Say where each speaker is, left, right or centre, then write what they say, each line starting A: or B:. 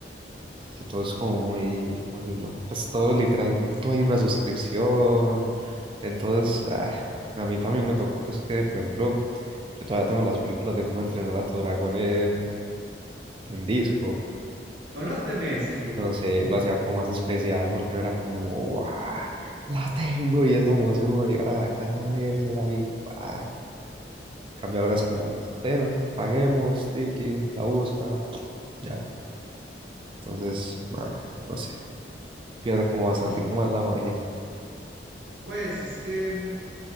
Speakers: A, on the right; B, on the right.
A: que todo es como muy, ¿cómo decirlo? Pues todo literal, todo hay una suscripción. Entonces, ah, a mí también me tocó, pues que, por ejemplo, yo todavía tengo las películas de cómo entrenar a tu dragón en, en disco.
B: ¿Aún las tenés? <laughs>
A: Y no sé, lo hacía como más especial porque no era como, ¡guau! La tengo y esa emoción uno llegar a la casa a vérsela y ¡pah! En Cambio ahora es como, bueno, paguemos, tiki, la busca, ya. Entonces, nada, no sé, pierde como bastante
B: Sí,
A: como más la magia.
B: pues es que